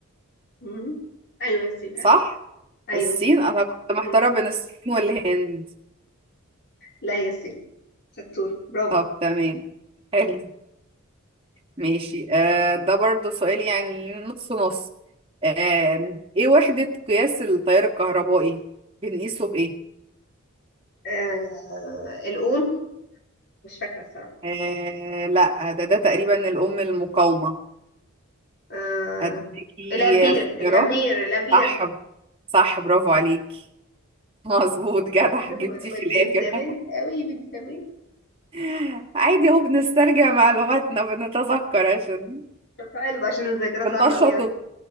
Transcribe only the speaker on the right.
صح
الصين
انا كنت محتارة
بين الصين والهند
طب تمام حلو ماشي آه ده برضو سؤال يعني نص نص آه ايه وحدة قياس التيار الكهربائي بنقيسه بإيه؟
آه لا ده ده تقريبا الأم المقاومة
أديكي
اختيارات
صح صح برافو عليكي <laughs> مظبوط جدع
جبتيه في
الآخر
<laughs> عادي اهو بنسترجع معلوماتنا بنتذكر عشان
بننشط